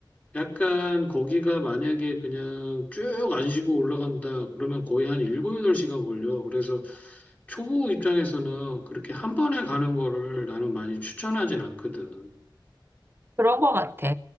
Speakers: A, on the left; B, on the right.
A: 약간 거기가 만약에 그냥 쭉 안 쉬고 올라간다, 그러면 거의 한 7, 8시간 걸려. 그래서 초보 입장에서는 그렇게 한 번에 가는 거를 나는 많이 추천하진 않거든.
B: 그런 거 같아.